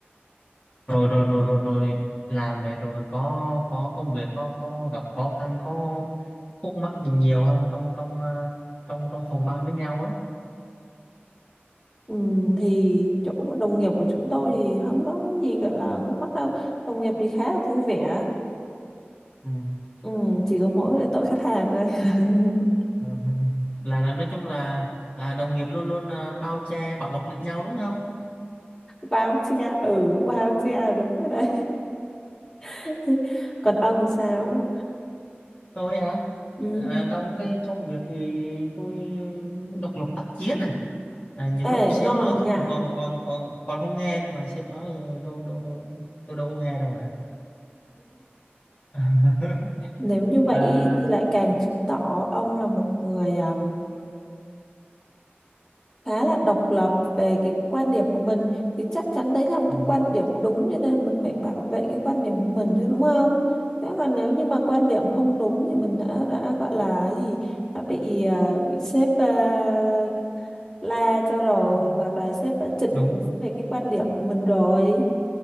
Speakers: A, on the left; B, on the left.
A: rồi rồi rồi rồi rồi làm vậy rồi có có công việc có có gặp khó khăn có khúc mắc gì nhiều không trong trong ờ, trong trong phòng ban với nhau á
B: Ừ, thì chỗ đồng nghiệp của chúng tôi thì không có cái gì gọi là khúc mắc đâu đồng nghiệp thì khá là vui vẻ
A: Ừ.
B: ừ, chỉ có mỗi cái tội khách hàng thôi <laughs>
A: Ờ, ừ. là là nói chung là à, đồng nghiệp luôn luôn à, bao che bảo bọc lẫn nhau đúng không
B: bao che ừ bao che đúng rồi đấy <laughs> còn ông sao
A: tôi hả
B: ừ.
A: à, trong cái công việc thì tôi độc lập tác chiến à? à, nhiều lúc
B: ê
A: sếp
B: ngon
A: nói
B: à
A: tôi
B: nhỉ
A: còn còn còn còn còn không nghe nữa mà sếp nói "Ừ, đâu đâu đâu tôi đâu có nghe đâu mà <laughs>
B: nếu như vậy
A: à,
B: ý, thì lại càng chứng tỏ ông là một người à, khá là độc lập về cái quan điểm của mình thì chắc chắn đấy là một
A: ừ,
B: cái quan điểm đúng cho nên mình phải bảo vệ cái quan điểm của mình chứ đúng không? Thế còn nếu như mà quan điểm không đúng thì mình đã đã gọi là cái gì đã bị à, bị sếp à, la cho rồi hoặc là sếp đã chỉnh
A: đúng
B: về cái quan điểm của mình rồi.